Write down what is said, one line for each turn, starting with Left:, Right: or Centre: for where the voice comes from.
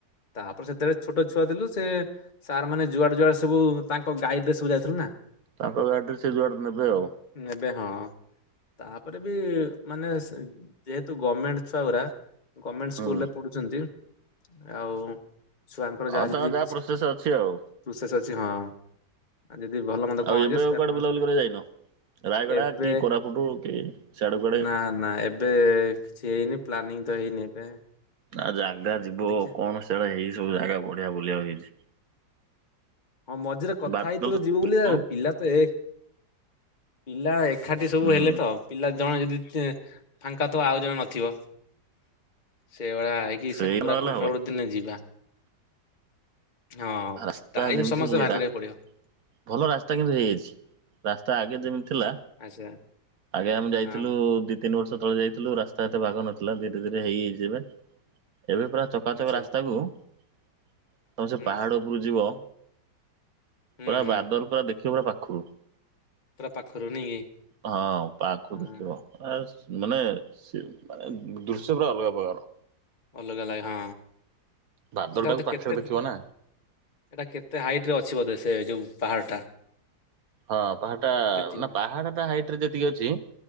Left: ତାପରେ ସେତେବେଳେ ଛୋଟ ଛୁଆ ଥିଲୁ ସେ ସାର୍ ମାନେ ଯୁଆଡେ ଯୁଆଡେ ସବୁ ତାଙ୍କ ଗାଇଡ୍ ରେ ସବୁ ଯାଇଥିଲୁ ନା।
Right: ତାଙ୍କ ଗାଇଡ୍ ରେ ସେ ଯୁଆଡ଼େ ନେବେ ଆଉ।
Left: ନେବେ ହଁ। ତାପରେ ବି ମାନେ ସେ ଯେହେତୁ ଗମେଣ୍ଟ୍ ଛୁଆ ଗୁରା ଗମେଣ୍ଟସ୍‌
Right: ହୁଁ
Left: ସ୍କୁଲରେ ପଡୁଚନ୍ତି ଆଉ ଛୁଆଙ୍କର ଯାହା
Right: ଆଉ
Left: ଯେତିକି
Right: ତାଙ୍କର
Left: କିଛି
Right: ପ୍ରୋସେସ ଅଛି ଆଉ
Left: ପ୍ରୋସେସ୍ ଅଛି ହଁ। ଯଦି ଭଲ ମନ୍ଦ କଣ
Right: ଆଉ
Left: ହେଇଯିବ
Right: ଏବେ
Left: ସେଟା
Right: ଆଉ
Left: ଆପଣ
Right: କୁଆଡେ ବୁଲାବୁଲି କରିବାକୁ ଯାଇନ? ରାୟଗଡ଼ା
Left: ଏବେ
Right: କି କୋରାପୁଟୁ କି ସିଆଡ଼େ କୁଆଡେ
Left: ନା ନା ଏବେ କିଛି ହେଇନି ପ୍ଲାନିଂ ତ ହେଇନି ଏବେ
Right: ନା ଜାଗା ଯିବ
Left: ଦେଖିଆ
Right: କଣ ସିଆଡେ ଏଇ ସବୁ ଜାଗା ବଢିଆ ବୁଲିଆକୁ ହେଇଚି।
Left: ହଁ ମଝିରେ କଥା
Right: ବାଦଲ
Left: ହେଇଥିଲୁ ଯିବୁ ବୋଲି ଯେ
Right: ହଁ
Left: ପିଲା ତ ଏକ୍ ପିଲା ଏଖାଠି ସବୁ
Right: ହୁଁ
Left: ହେଲେ ତ। ପିଲା ଜଣେ ଯଦି ସେ ଫାଙ୍କା ଥିବ ଆଉ ଜଣେ ନଥିବ ସେଇଭଳିଆ ହେଇ କି
Right: ସେଇ
Left: ସେ କୋରାପୁଟ୍
Right: ନହେଲେ ହବନି।
Left: ଫୋରାପୁଟ୍ ଦିନେ ଯିବା -ହଁ।
Right: ରାସ୍ତା
Left: ଟାଇମ୍
Right: ଯେମିତି
Left: ସମସ୍ତେ ବାହାର୍
Right: ରା
Left: କରିବାକୁ ପଡ଼ିବ।
Right: ଭଲ ରାସ୍ତା କିନ୍ତୁ ହେଇଚି ରାସ୍ତା ଆଗେ ଯେମିତି ଥିଲା
Left: ଆଚ୍ଛା
Right: ଆଗେ ଆମେ ଯାଇଥିଲୁ
Left: ହଁ
Right: ଯି ତିନି ବର୍ଷ ତଳେ ଯାଇଥିଲୁ ରାସ୍ତା ଏତେ ବାଗ ନଥିଲା ଧୀରେ ଧୀରେ ହେଇଯାଇଚି ଏବେ-ଏବେ ପୁରା ଚକାଚକା
Left: ଆଚ୍ଛା
Right: ରାସ୍ତାକୁ ତମେ ସେ
Left: ହୁଁ
Right: ପାହାଡ଼ ଉପରୁକୁ ଯିବ
Left: ହୁଁ
Right: ପୁରା
Left: ହୁଁ
Right: ବାଦଲ ପୁରା ଦେଖିବ ପୁରା ପାଖୁରୁ।
Left: ପୁରା ପାଖୁରୁ ନେଇ କି?
Right: ହଁ ପାଖୁରୁ
Left: ହଁ
Right: ଦେଖିବ ଏଶ୍ ମାନେ ସେ ମାନେ ଦୃଶ୍ୟ ପୁରା ଅଲଗା ପକାର।
Left: ଅଲଗା ଲାଗେ ହଁ
Right: ବାଦଲ
Left: ସେଟା
Right: ଟାକୁ
Left: ବଧେ
Right: ପାଖରେ
Left: କେତେ
Right: ଦେଖିବ ନା
Left: ହେଟା କେତେ ହାଇଟ ରେ ଅଛି ବୋଧେ ସେ ଯୋଉ ପାହାଡ଼ଟା
Right: ହଁ ପାହାଡ଼ ଟା
Left: ଥିବ
Right: ନା ପାହାଡ଼ଟା ହାଇଟରେ ଯେତିକି ଅଛି